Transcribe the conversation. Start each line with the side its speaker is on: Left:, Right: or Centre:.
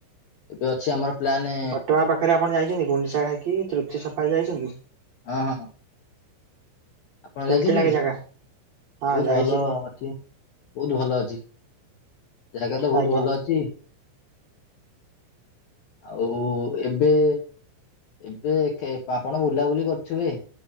Left: ଏବେ ଅଛି ଆମର ପ୍ଲାନେ
Right: ଘଟଗାଁ ପାଖରେ ଆପଣ ଯାଇଛନ୍ତି ଗୁଣ୍ଡିଚା ଘାକି, ତୃପ୍ତି ସଫାରି ଯାଇଛନ୍ତି?
Left: ହଁ ହଁ। ଆପଣ
Right: କେମିତି
Left: ଯାଇଛନ୍ତି
Right: ଲାଗେ
Left: କି?
Right: ଜାଗା? ହଁ
Left: ବହୁତ
Right: ଯାଇଛି
Left: ଭଲ
Right: ମୁଁ
Left: ଅଛି, ବହୁତ ଭଲ ଅଛି। ଜାଗା ତ ବହୁତ
Right: ଆଜ୍ଞା
Left: ଭଲ ଅଛି। ଆଉ ଏବେ ଏବେ ଖେ ଆପଣ ବୁଲାବୁଲି କରୁଥିବେ?